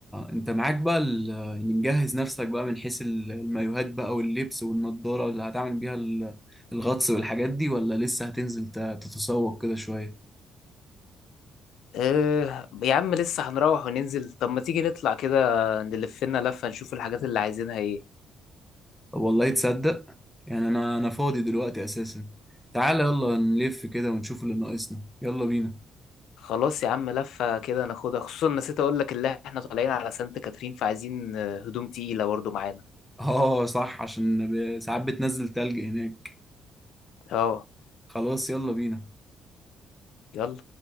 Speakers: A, in the centre; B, on the left.
A: انت معاك بقى ال... يعني مجهز نفسك بقى من حيث ال- المايوهات بقى واللبس والنضارة اللي هتعمل بيها ال- الغطس والحاجات دي ولا لسه هتنزل ت- تتسوق كده شوية
B: اه يا عم لسه هنروح وننزل طب ما تيجي نطلع كده نلف لنا لفة نشوف الحاجات اللي عايزينها ايه
A: والله تصدق يعني انا انا فاضي دلوقتي اساسا تعالى يلا نلف كده ونشوف اللي ناقصنا يلا بينا
B: خلاص يا عم لفة كده ناخدها خصوصا نسيت اقول لك اللي احنا طالعين على سانت كاترين فعايزين آه، هدوم تقيلة برضه معانا
A: اه صح عشان ب- ساعات بتنزل تلج هناك
B: اه
A: خلاص يلا بينا
B: يلا